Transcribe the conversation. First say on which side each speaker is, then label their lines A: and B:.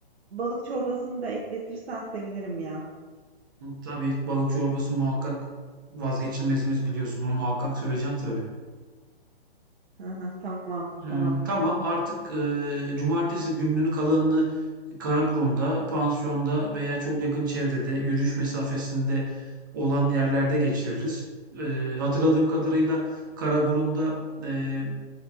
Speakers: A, on the right; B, on the right.
A: balık çorbasını da ekletirsen sevinirim ya.
B: tabii balık çorbası muhakkak vazgeçilmezimiz biliyorsun. Onu muhakkak söyleyeceğim tabii.
A: Hı hı, tamam
B: Imm,
A: tamam.
B: tamam, artık, eee, cumartesi gününün kalanını Karaburun'da, pansiyonda veya çok yakın çevrede, yürüyüş mesafesinde olan yerlerde geçiririz. Eee, hatırladığım kadarıyla Karaburun'da, eee,